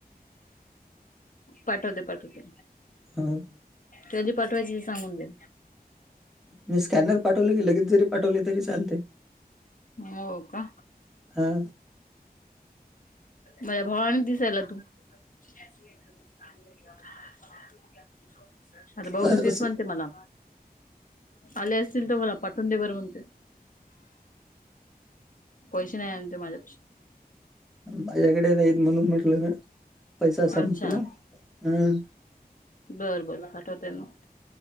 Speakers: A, on the left; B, in the centre.
A: पाठवते पाठवते.
B: ह.
A: कधी पाठवायचे ते सांगून द्या.
B: मी स्कॅनर पाठवले की लगेच जरी पाठवले तरी चालतय.
A: हो का?
B: हां
A: माझ्या भावानी दिसायला तू अ हः आता भाऊ
B: तर
A: भी तेच
B: असं
A: म्हणते मला आले असतील तर मला पाटव ते बर म्हणते. पैसे नाही आणते माझ्यापशी
B: माझ्याकडे नाहीत म्हणून म्हटलं न पैसा संपला
A: अच्छा.
B: हं.
A: बरं बर पाठवतेना